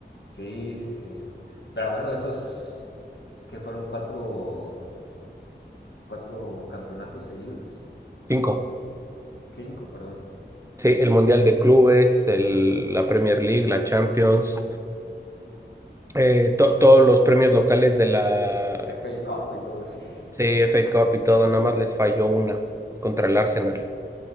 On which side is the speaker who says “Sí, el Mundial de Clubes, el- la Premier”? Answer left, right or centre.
Right